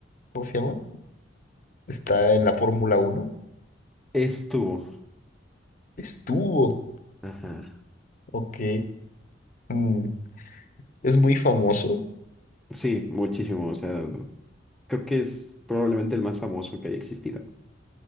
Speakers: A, on the left (about 45°); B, in the centre.
A: ¿cómo se llama? Está en la Fórmula Uno.
B: Estuvo.
A: Estuvo.
B: Ajá.
A: Ok. Mm, Es muy famoso.
B: Sí, muchísimo. O sea, creo que es probablemente el más famoso que haya existido.